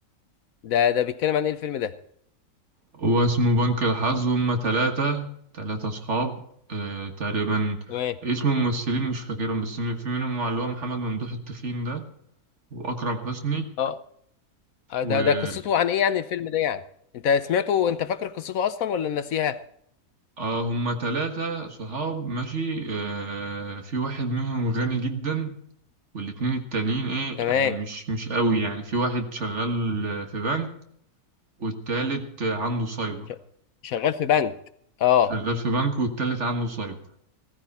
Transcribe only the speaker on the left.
ده ده بيتكلم عن ايه الفيلم ده
تمام
اه آه،
ده ده قصته عن ايه يعني الفيلم ده يعني انت سمعته انت فاكر قصته اصلا ولا ناسيها
تمام
ش- شغال في بنك اه